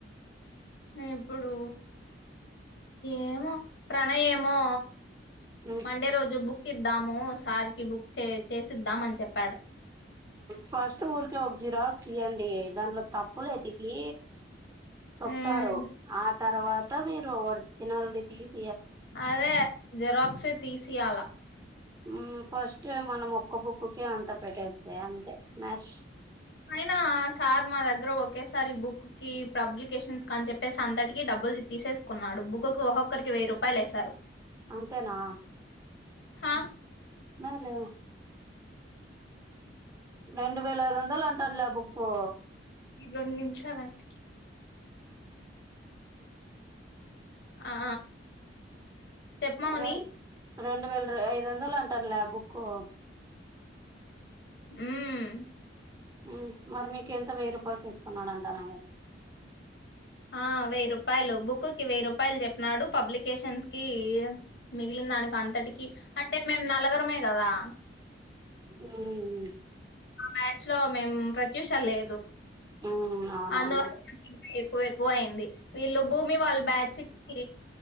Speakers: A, on the left; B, on the right.
A: ఇప్పుడూ ఏమో ప్రలయమో
B: ఉమ్
A: మండే రోజు బుక్ ఇద్దాము సార్ కి బుక్ చే చేసిద్దాం అని చెప్
B: ఫస్ట్ ఊర్కె ఒ జిరాక్స్ ఇయ్యండ్ ఈ దాంట్లొ తప్పుల్ ఎతికీ చెప్తారు
A: ఉమ్
B: ఆ తర్వా త మీరు ఓర్జినల్ ది తీస్
A: అదే జెరాక్సే తీసియాల
B: మ్ ఫస్టే మనం ఒక్క బుక్కుకే అంత పెట్టేస్తే అంతే స్మాష్
A: అయినా ఆ సార్ మా దగ్గర ఒకేసారి ఈ బుక్ కి పబ్లికేషన్స్ కాని చెప్పేసి అంతటికీ డబ్ డబ్బులు తీసేసుకున్నాడు. బుక్కుకు ఒక్కొక్కరికి వెయ్యి రూపాయలు వేసారు.
B: అంతేనా
A: హ
B: అలో రెండు వేల ఐదు వందలు అంటాన్లే ఆ బుక్కు
A: రెండు నిమిషాలండి ఆ చెప్పు మౌని
B: రెం రెండు వేల ఐదు వందలు అంటాన్లే ఆ బుక్కు
A: ఉమ్
B: ఉమ్ మరి మీకు ఎంత వెయ్యి రూపాయలు తీసుకున్నాడంటన
A: ఆ వెయ్యి రూపాయలు బుక్కుకి వెయ్యి రూపాయలు చెప్పినాడు పబ్లికేషన్స్ కి మిగిలిందానికి అంతటికి అంటే మేం నలగరమే కదా
B: ఉమ్
A: మా బ్యాచ్ లో మేం ప్రత్యూష లేదు
B: మ్మ్ అవునవును
A: అందువల్ల ఎక్కువ ఎక్కువ అయింది. వీళ్ళు భూమి వాళ్ళ బ్యాచ్ కి